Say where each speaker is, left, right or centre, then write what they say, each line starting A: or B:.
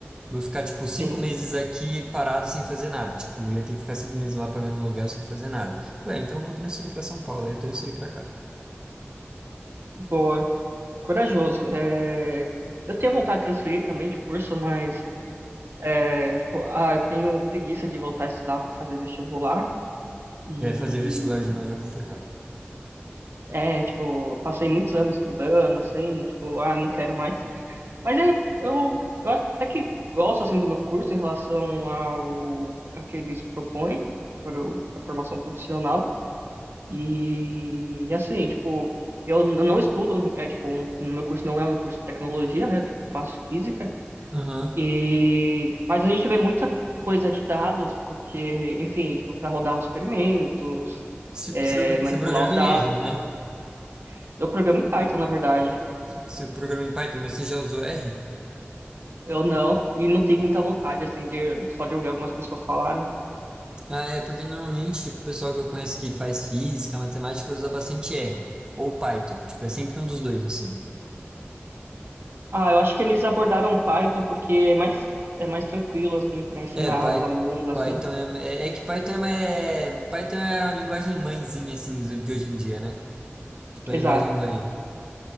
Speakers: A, on the right (about 20°); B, on the right (about 60°).
A: Vou ficar, tipo, cinco
B: Sim.
A: meses aqui parado sem fazer nada. Tipo, eu ia ter que ficar cinco meses lá pagando aluguel sem fazer nada. Falei, ah, então eu vou transferir para São Paulo, aí eu transferi para cá.
B: Boa. Corajoso. É, Eu tenho vontade de transferir também de curso, mas é, tipo, ah, eu tenho preguiça de voltar a estudar para fazer vestibular. E
A: E aí fazer vestibular de novo é complicado.
B: é, tipo, passei muitos anos estudando, assim, e, tipo, ah, não quero mais. Mas eu, eu, eu até que gosto assim do meu curso em relação ao, ao que eles propõem para o- para a formação profissional. E, assim, tipo, eu n- não estudo, é tipo, um, o meu curso não é um curso de tecnologia, né? Tipo, eu faço física.
A: Aham.
B: E, mas a gente vê muita coisa de dados, porque, enfim, tipo, para rodar os experimentos,
A: Você
B: é,
A: você- você
B: manipular
A: programa
B: os dados,
A: em R, né?
B: tudo. Eu programo em Python, na verdade.
A: Você programa em Python, mas você já usou R?
B: Eu não, e não tenho muita vontade, assim, de, só de ouvir algumas pessoas falarem.
A: Ah, é, porque normalmente, tipo, o pessoal que eu conheço que faz física, matemática, usa bastante R. Ou Python. Tipo, é sempre um dos dois, assim.
B: Ah, eu acho que eles abordaram Python porque é mais, é mais tranquilo, assim, para ensinar
A: É, Py-
B: os alunos, assim.
A: Python é, é, é que Python é, ma- é, Python é a linguagem mãezinha, assim, do- de hoje em dia, né? Tipo,
B: Exato.
A: a linguagem mãe.